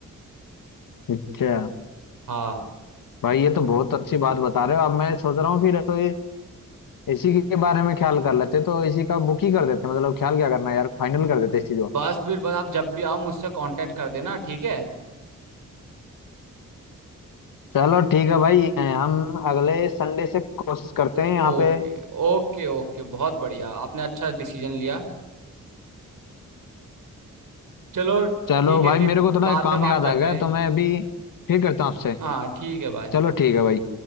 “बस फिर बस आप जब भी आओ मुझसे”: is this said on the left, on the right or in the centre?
Right